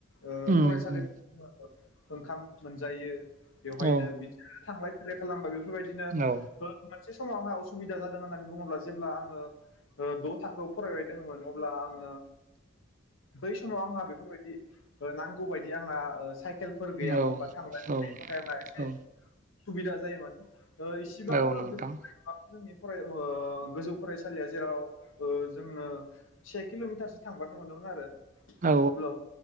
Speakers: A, on the left; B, on the right.
A: ओ
B: उम
A: फरायसालिफो ओंखाम मोनजायो। बेवहायनो
B: औ
A: बिदिनो थांलाय फैलाय खालामबागो बेफोरबायदिनो
B: औ
A: मोनसे समाव आंहा असिदा जादों होननानै बुङोब्ला जेब्ला आङ ओ द' थाखोआव फरायबाय दंमोन अब्ला आङो बै समाव आं बेफोरबायदि नौगौ बादि आङा ओ साइकेल खेलफोर गैयामोन
B: औ
A: बा थांलाय फैलायनि
B: औ
A: थाखाय आंहा एसे।
B: औ
A: उसुबिदा जायोमोन ओ सिबांबो
B: औ नोंथां
A: गोजोन जोंनि फराय ओ गोजौ फरायसालिया जेराव जोङो से किलमिटारसो थांबानो मोनोमोन आरो।
B: औ
A: अब्ला